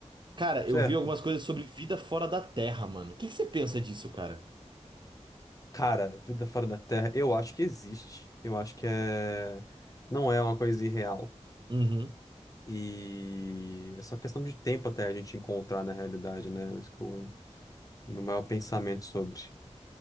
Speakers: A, on the right; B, on the left.
A: Cara,
B: certo.
A: eu vi algumas coisas sobre vida fora da Terra, mano. O que que você pensa disso, cara?
B: Cara, vida fora da Terra, eu acho que existe. Eu acho que é. Não é uma coisa irreal.
A: Uhum,
B: E é só questão de tempo até a gente encontrar na realidade, né? É Isso que é o meu maior pensamento sobre.